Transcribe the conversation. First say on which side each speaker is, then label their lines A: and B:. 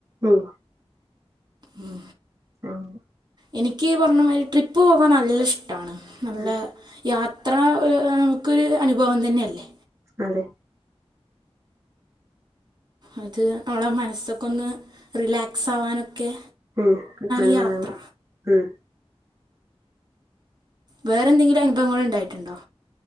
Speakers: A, on the right; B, on the right.
A: ഉം
B: ഉം
A: ഉം
B: എനിക്ക് ഈ പറഞ്ഞ മാതിരി ട്രിപ്പ് പോവാൻ നല്ല ഇഷ്ട്ടാണ് നല്ല
A: ഉം
B: യാത്ര ഏഹ് എനക്കൊരു അനുഭവം തന്നെ അല്ലേ
A: അതെ
B: അത് നമ്മളെ മനസ്സൊക്കെ ഒന്ന് റിലാക്സ് ആവാനൊക്കെ
A: ഉം നല്ലതാണ്
B: ഈ യാത്ര
A: ഉം
B: വേറെ എന്തെങ്കിലും അനുഭവങ്ങൾ ഇണ്ടായിട്ടുണ്ടോ